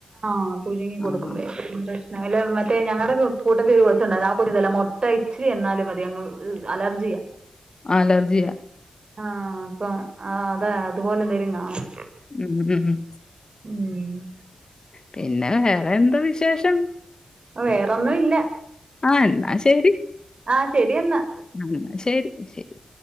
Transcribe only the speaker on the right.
ആഹ് പുഴുങ്ങി കൊടുക്കുമ്പഴ
ന്നെങ്കില് മറ്റേ ഞങ്ങടെ കൂട്ടത്തിൽ ഒരു കൊച്ചുണ്ടായിന്നു ആ കൊച്ച് ണ്ടല്ലോ മുട്ടഇച്ചിരി ചെന്നാലും മതി അങ്ങ് അലർജിയാ
ആഹ് അപ്പം ആഹ് അതാ അതുപോലെ ന്തേലും കാണും.
ഉം
ഓ വേറൊന്നു ഇല്ല
ആഹ് ശരി എന്നാ